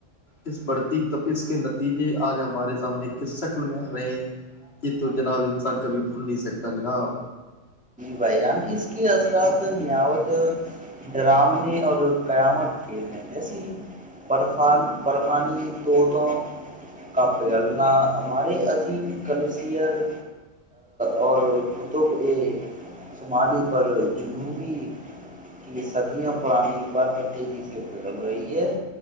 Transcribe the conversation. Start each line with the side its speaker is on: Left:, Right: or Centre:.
Left: اس بڑھتی تپس کے نتیجے آج ہمارے سامنے کس شکل میں آ رہے ہیں یہ تو جناب انسان کبھی بھول نہیں سکتا جناب
Centre: بیان اس کے رات نیاوت ڈرامنے اور قیامت کے جیسی بفان برفانی تووں کا پگلنا ہمارے عظیم کلیسر اور کتب ا شمالی پر جنوبی کی صدیاں پرانی برف تیزی سے پگل رہی ہے